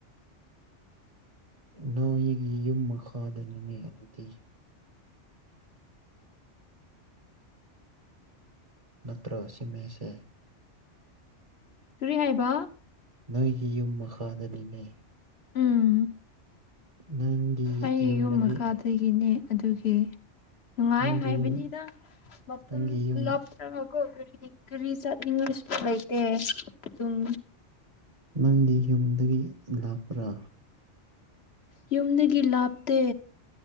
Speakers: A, on the right; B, on the left.
A: ꯅꯣꯏꯒꯤ ꯌꯨꯝ ꯐꯗꯅꯤꯡꯉ ꯑꯗꯨꯗꯤ ꯅꯠꯇ꯭ꯔꯣ ꯁꯤꯃꯦꯁꯦ
B: ꯀꯔꯤ ꯍꯥꯏꯕ
A: ꯅꯪꯒꯤ ꯌꯨꯝ ꯃꯈꯥꯗꯅꯤꯅꯦ
B: ꯎꯝ
A: ꯅꯪꯒꯤ
B: ꯑꯩ
A: ꯌꯨꯝꯗꯒꯤ
B: ꯌꯨꯝ ꯃꯈꯥꯗꯒꯤꯅꯦ ꯑꯗꯨꯒꯤ ꯅꯨꯡꯉꯥꯏ
A: ꯅꯪꯒꯤ
B: ꯍꯥꯏꯕꯅꯤꯗ
A: ꯌꯨꯝ
B: ꯃꯐꯝ
A: ꯅꯪꯒꯤ ꯌꯨꯝ
B: ꯂꯥꯞꯀꯣ ꯀ ꯀꯔꯤ ꯆꯠꯅꯤꯡꯉꯥꯏꯁꯨ ꯂꯩꯇꯦ ꯑꯗꯨꯝ
A: ꯅꯪꯒꯤ ꯌꯨꯝꯗꯒꯤ ꯂꯥꯞꯄ꯭ꯔꯥ
B: ꯌꯨꯝꯗꯒꯤ ꯂꯥꯞꯇꯦ